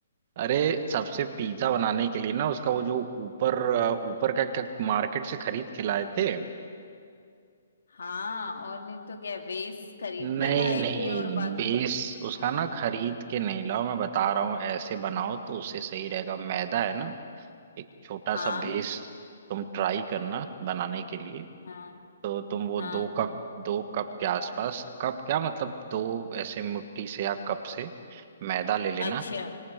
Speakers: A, on the right (about 40°); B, on the left (about 85°).
A: अरे सबसे पिज्जा बनाने के लिए ना उसका वो जो ऊपर आ, ऊपर का का- मार्केट से खरीद के लाए थे
B: हाँ और नहीं तो क्या वेस्ट खरीद
A: नहीं
B: के लाए
A: नहीं
B: थे और बाकी
A: बेस उसका
B: हम्म
A: ना खरीद के नहीं लाओ मैं बता रहा हूँ ऐसे बनाओ तो उससे सही रहेगा मैदा है ना एक छोटा
B: हाँ
A: सा बेस तुम ट्राई करना बनाने के लिए
B: हाँ
A: तो तुम वो
B: हाँ
A: दो कप दो कप के आसपास कप क्या मतलब दो ऐसे मुट्ठी से या कप से मैदा ले लेना
B: अच्छा